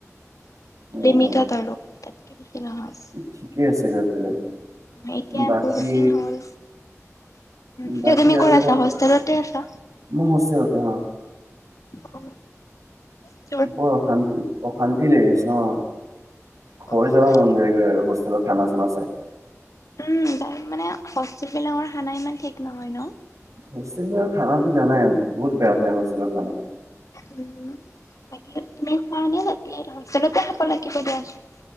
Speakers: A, on the left (about 80°); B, on the right (about 70°).
A: <unintelligible>
B: অ
A: লিমিতত
B: অ
A: আৰু তাতকৈ বেছি নহয়?
B: ঠিকে আছে গৈ পেলাই
A: অ, এতিয়া
B: বাকী
A: বহুত দিন হ'ল এতিয়া
B: বাকী
A: তুমি
B: আৰু
A: ক'ত আছা
B: কোৱা
A: হোষ্টেলতে আছা?
B: মই হোষ্টেলতে অ
A: অ ভালে
B: বৰ অশান্তি অশান্তি লাগি গৈছে অ ঘূৰি
A: উম,
B: যাব মন যায়গৈ আৰু হোষ্টেলত আমাৰ খন আছে
A: উম, তাৰ মানে হোষ্টেল বিলাকৰ খানা ইমান ঠিক নহয় ন?
B: হষ্টেলৰ খানাটো জানাই বহুত বেয়া হোষ্টেলৰ খানা?
A: উম বাকী তুমি খোৱা নে হোষ্টেলতে খাব লাগিব দিয়াচোন!